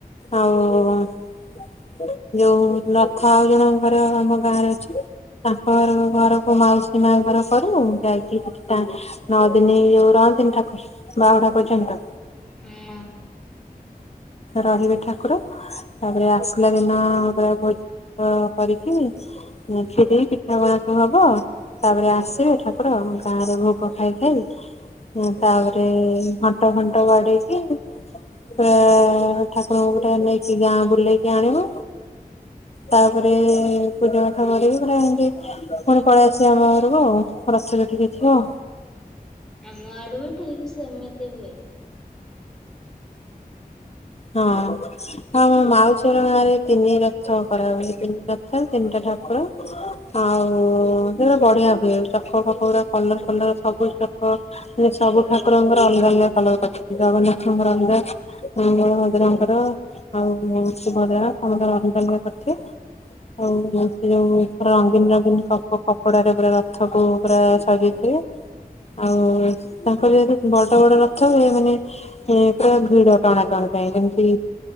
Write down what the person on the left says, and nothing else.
ଆଉ ଯୋଉ ରଥ ଆଉ ଜଣ ଘରେ ଆମ ଗାଁରେ ଅଛି। ତାଙ୍କ ଘରକୁ ମାଉସୀ ମା ଘରକରୁ ଯାଇକି ଟାଣୁ ନଅ ଦିନି ଯୋଉ ରହନ୍ତିନି ଠାକୁର ବାହୁଡା ପର୍ଯ୍ୟନ୍ତ
ରହିବେ ଠାକୁର। ତାପରେ ଆସିଲା ଦିନ ପା ଭୋଜି କରିକି ଖିର ପିଠ ପିଠାଗୁରାକ ହବ ତାପରେ ଆସିବେ ଠାକୁର ଗାଁ ରେ ଭୋ ଗ ଖାଇ ଖାଇ ତାପରେ ଘଣ୍ଟ ଫଣ୍ଟ ବାଡେଇକି ପ ଠାକୁରଙ୍କୁ ନେଇକି ଗାଁ ବୁଲେଇକି ଆଣିବୁ ତାପରେ ପୂଜା ପାଠ କରିକି ପୁରା ଏମତି ପୁଣି ପଳେଇ ଆସିବେ ଆମ ଘରକୁ ଆଉ ରଥ ଯୋଉଠି ହୋଇ ଥିବ।
ହଁ। ହଁ ମୋ ମାଉସିହର ଗାଁ ରେ ତିନିରଥ କରାହୁଏ ତିନି ରଥ ତିନିଟା ଠାକୁର ଆଉ ସିଆଡେ ବଢିଆ ହୁଏ ଚକ ଫକ ଗୁରା କଲର ଫଲର ସବୁ ଚକ ସବୁ ଠାକୁରଙ୍କର ଅଲଗା ଅଲଗା କଲର କରିଛନ୍ତି ଜଗନ୍ନାଥଙ୍କର ଅଲଗା ବଳ ଭଦ୍ରଙ୍କର ଆଉ ଶୁଭଦ୍ରା ସମନ୍ତିଙ୍କର ଅଲଗା ଅଲଗା କରିଥିବେ ଆଉ ସେ ଯୋଉ ପୁରା ରଙ୍ଗୀନ ରଙ୍ଗୀନ କପଡାରେ ପୁରା ରଥ କୁ ପୁରା ସଜେଇ ଆଉ ତାଙ୍କର ଯେମିତି ବଡ ବଡ ରଥ ହୁଏ ମାନେ ସେ ପୁରା ଭିଡ ଟଣାଟଣି ପାଇଁ ଯେମିତି